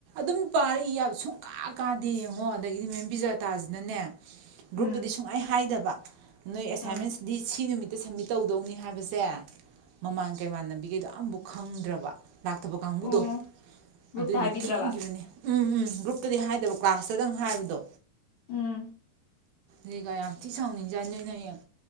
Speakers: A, on the right; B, on the left.
A: ꯑꯗꯨꯝ ꯄꯥꯔꯛꯏ ꯁꯨꯡꯀꯥ ꯀꯥꯗꯦ ꯌꯦꯡꯉꯣ ꯑꯗꯒꯤꯗꯤ ꯃꯦꯝ ꯕꯤꯖꯥꯇꯥꯁꯤꯅꯅꯦ
B: ꯎꯝ
A: ꯒ꯭ꯔꯨꯞꯇꯨꯗꯤ ꯁꯨꯡꯃꯥꯏ ꯍꯥꯏꯗꯕ ꯅꯣꯏ ꯑꯦꯁꯥꯏꯟꯃꯦꯟꯁꯗꯤ
B: ꯑꯥ
A: ꯁꯤ ꯅꯨꯃꯤꯠ ꯍꯦꯛꯇ ꯁꯝꯃꯤꯠ ꯇꯧꯗꯧꯅꯤ ꯍꯥꯏꯕꯁꯦ ꯃꯃꯥꯡꯒꯩ ꯃꯥꯟꯅꯕꯤꯒꯩꯗꯣ ꯑꯝꯐꯥꯎ ꯈꯪꯗ꯭ꯔꯕ ꯂꯥꯛꯇꯕ ꯀꯥꯡꯕꯨꯗꯣ
B: ꯑꯣ ꯒ꯭ꯔꯨꯞꯇ
A: ꯑꯗꯨꯒꯤ
B: ꯍꯥꯏꯕꯤꯗ꯭ꯔꯕ
A: ꯊꯦꯡꯍꯈꯤꯕꯅꯤ ꯎꯝ ꯎꯝ ꯒ꯭ꯔꯨꯞꯇꯗꯤ ꯍꯥꯏꯗꯕ ꯀ꯭ꯂꯥꯁꯇꯗꯪ ꯍꯥꯏꯕꯗꯣ
B: ꯎꯝ
A: ꯂꯤꯀ ꯌꯥꯝ ꯊꯤ ꯁꯥꯎꯅꯤꯡꯖ ꯅꯣꯏꯅ ꯍꯌꯦꯡ